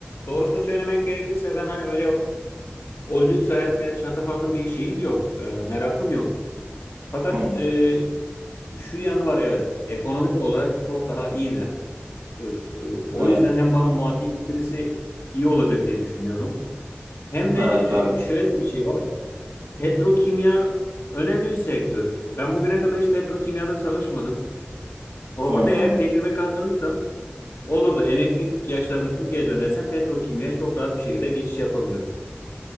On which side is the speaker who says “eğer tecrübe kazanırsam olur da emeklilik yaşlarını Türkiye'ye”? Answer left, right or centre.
Left